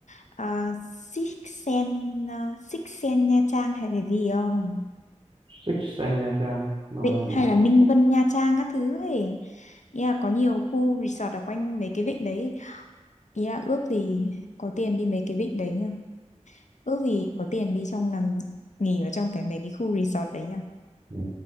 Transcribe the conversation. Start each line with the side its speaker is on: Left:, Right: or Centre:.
Left: ờ, Six Sen ờ, Six Sen Nha Trang hay là gì không?
Right: Six Sen Nha Trang nó
Left: Vịnh
Right: là gì
Left: hay là Ninh Vân Nha Trang các thứ ấy. Ý là có nhiều khu resort ở quanh mấy cái vịnh đấy. Ý là ước gì có tiền đi mấy cái vịnh đấy nhá. Ước gì có tiền đi trong nằm nghỉ ở trong cái mấy cái khu resort đấy nhá.
Right: ừ.